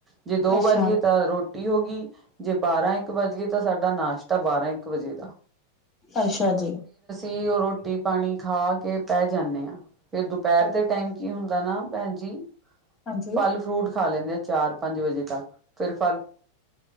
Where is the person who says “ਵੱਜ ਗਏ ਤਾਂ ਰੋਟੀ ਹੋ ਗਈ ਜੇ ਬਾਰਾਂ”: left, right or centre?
Right